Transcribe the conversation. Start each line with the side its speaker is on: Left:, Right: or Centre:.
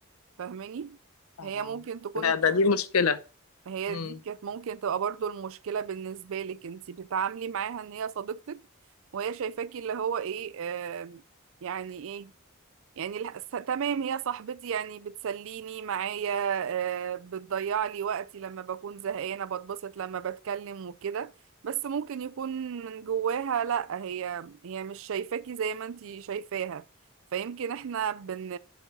Right: فاهماني
Left: آه.
Right: هي ممكن تكون
Left: ده, ده دي المشكله
Right: هي
Left: امم
Right: دي كانت ممكن تبقى برضو المشكلة بالنسبة لك انتي بتتعاملي معاها ان هي صديقتك وهي شايفاكي اللي هو ايه آم، يعني ايه يعني الح- س- تمام هي صاحبتي يعني بتسليني معايا آه، بتضيع لي وقتي لما بكون زهقانة بتبسط لما بتكلم وكده بس ممكن يكون من جواها لا هي هي مش شايفاكي زي ما انتي شايفاها فيمكن احنا بن